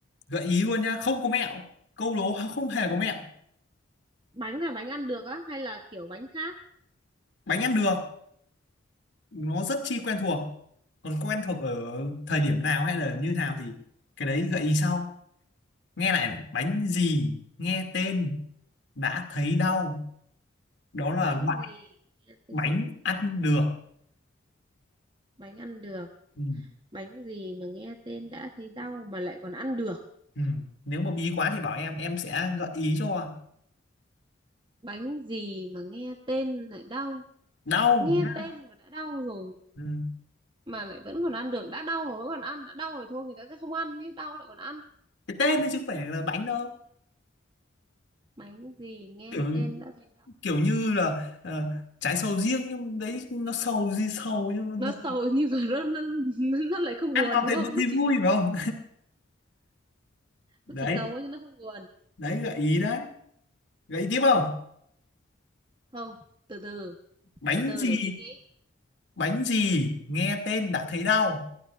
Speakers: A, on the left; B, on the right.
A: gợi ý luôn nhá. Không có mẹo. Câu đố không hề có mẹo.
B: bánh là bánh ăn được á hay là kiểu bánh khác
A: Bánh ăn được. Nó rất chi quen thuộc. Còn quen thuộc ở thời điểm nào hay là như nào thì cái đấy gợi ý sau. Nghe lại này. Bánh gì nghe tên đã thấy đau. Đó là
B: bánh gì nghe tên
A: bánh ăn được
B: bánh ăn được
A: ừ.
B: bánh gì mà nghe tên đã thấy đau mà lại còn ăn được
A: Ừ. nếu mà bí quá thì bảo em em sẽ gợi ý cho
B: bánh gì mà nghe tên lại đau
A: đau
B: nghe
A: nhá
B: tên mà đã đau rồi
A: ừ.
B: mà lại vẫn còn ăn được đã đau mà vẫn còn ăn đã đau rồi thôi người ta sẽ không ăn chứ đau lại còn ăn
A: cái tên thôi chứ không phải là bánh đâu
B: bánh gì nghe
A: kiểu
B: tên đã thấy đau
A: kiểu như là ờ, trái sầu riêng nhưng đấy nó sầu gì sầu nhưng
B: nó
A: nó,
B: sầu <laughs> nhưng mà nó nó nó nó lại không
A: ăn
B: buồn
A: vào
B: đúng
A: thì
B: không
A: vẫn
B: nó
A: thấy
B: chỉ
A: vui
B: sầu
A: phải không <laughs>
B: nó chỉ sầu
A: đấy
B: ấy, nhưng nó không buồn
A: đấy gợi ý
B: ừ.
A: đấy gợi ý tiếp không
B: không từ từ
A: bánh
B: từ từ
A: gì
B: để chị nghĩ
A: bánh gì nghe tên đã thấy đau